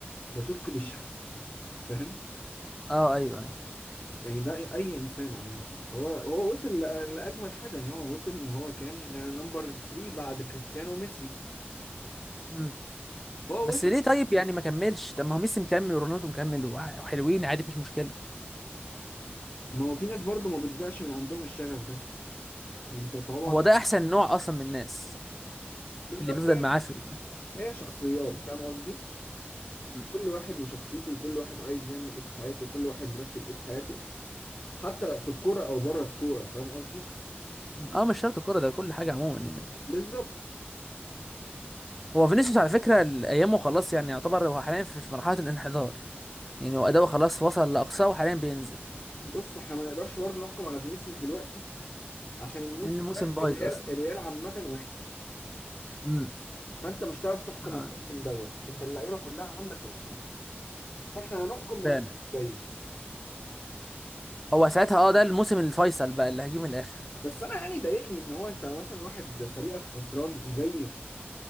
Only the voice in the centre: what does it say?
مم.
اه ايوه ايوه
مم.
بس
ليه طيب يعني ما كملش طب ما هو ميسي مكمل ورونالدو مكمل وع- وحلوين عادي مفيش مشكله
هو ده احسن نوع اصلا من الناس
اللي بيفضل
معاه في ده
مم.
مم.
اه مش شرط الكوره ده كل حاجه عموما يعني
هو فينيسيوس على فكره ال- ايامه خلاص يعني يعتبر هو حاليا في في مرحله الانحدار يعني هو اداؤه خلاص وصل لاقصاه وحاليا بينزل
لان الموسم
بايظ
اصلا
امم
آه.
فعلا
هو ساعتها اه ده الموسم الفيصل بقى اللي هجيه من الاخر